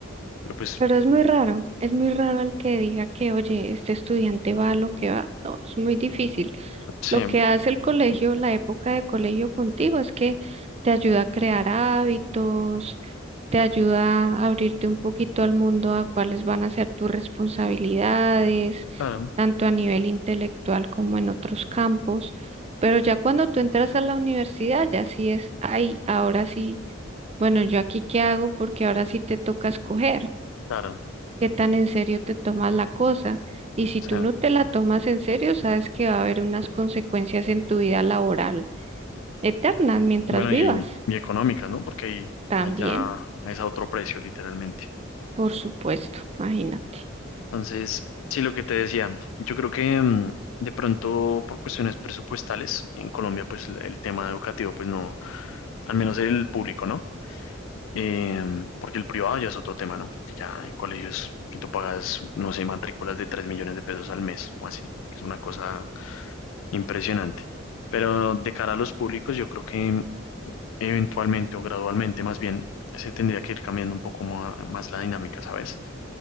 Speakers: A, on the left; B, on the right.
A: pero pues
B: Pero es muy raro, es muy raro el que diga que, oye, este estudiante va a lo que va. No, es muy difícil.
A: sí,
B: Lo que hace el colegio, la época de colegio contigo, es que te ayuda a crear hábitos, te ayuda a abrirte un poquito al mundo a cuáles van a ser tus responsabilidades,
A: claro,
B: tanto a nivel intelectual como en otros campos. Pero ya cuando tú entras a la universidad, ya sí es, ay, ahora sí, bueno, ¿yo aquí qué hago? Porque ahora sí te toca escoger
A: claro,
B: qué tan en serio te tomas la cosa. Y si
A: sí,
B: tú no te la tomas en serio, sabes que va a haber unas consecuencias en tu vida laboral eternas mientras
A: bueno,
B: vivas.
A: y, y económicas, ¿no? Porque ahí
B: También,
A: allá es a otro precio, literalmente.
B: por supuesto, imagínate.
A: Entonces, sí, lo que te decía, yo creo que mm, de pronto por cuestiones presupuestales, en Colombia pues el el tema educativo pues no, al menos el público, ¿no? Em, porque el privado ya es otro tema, ¿no? Que Ya hay colegios que tú pagas, no sé, matrículas de 3 millones de pesos al mes o así, que es una cosa impresionante. Pero de cara a los públicos, yo creo que eventualmente o gradualmente más bien se tendría que ir cambiando un poco ma- más, la dinámica, ¿sabes?